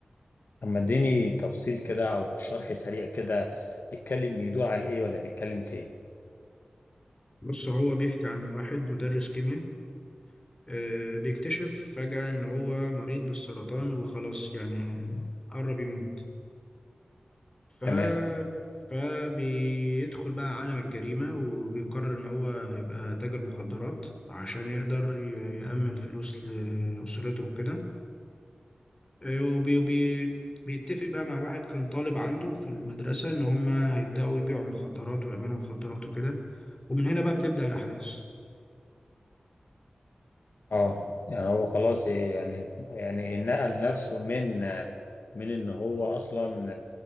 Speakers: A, on the left (about 70°); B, on the left (about 30°).
A: طب ما اديني تفصيل كده او شرح سريع كده بيتكلم بيدور على ايه ولا بيتكلم في ايه
B: بص هو بيحكي عن واحد مدرس كيمياء آه، بيكتشف فجأة ان هو مريض بالسرطان وخلاص يعني قرب يموت ف
A: تمام
B: فبيدخل بقى عالم الجريمة وبيقرر إن هو هيبقى تاجر مخدرات عشان يقدر ي- يأمن فلوس لأسرته وكده وبي بي بيتفق بقى مع واحد كان طالب عنده في المدرسة إن هما هيبدأوا يبيعوا مخدرات ويعملوا مخدرات وكده ومن هنا بقى بتبدأ الأحداث
A: اه يعني هو خلاص يعني يعني نقل نفسه من من ان هو اصلا